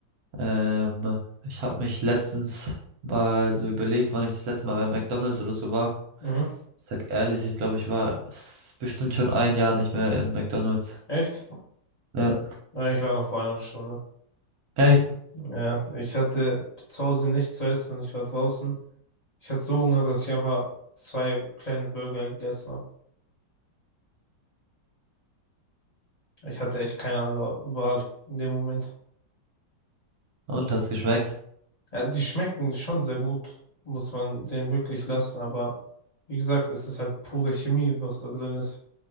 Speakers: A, on the right; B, on the left.
A: ähm, ich habe mich letztens mal so überlegt, wann ich das letzte Mal bei McDonald's oder so war.
B: Mhm.
A: Ich sag ehrlich, ich glaube, ich war s- bestimmt schon ein Jahr nicht mehr in McDonald's.
B: Echt?
A: Ja.
B: Ja, ich war noch vor einer Stunde.
A: Echt?
B: Ja, ich hatte zu Hause nichts zu essen. Ich war draußen. Ich hatte so Hunger, dass ich einfach zwei kleine Burger gegessen habe. Ich hatte echt keine andere Wahl in dem Moment.
A: Und hat's geschmeckt?
B: Ja, die schmecken schon sehr gut, muss man den wirklich lassen. Aber wie gesagt, es ist halt pure Chemie, was da drin ist.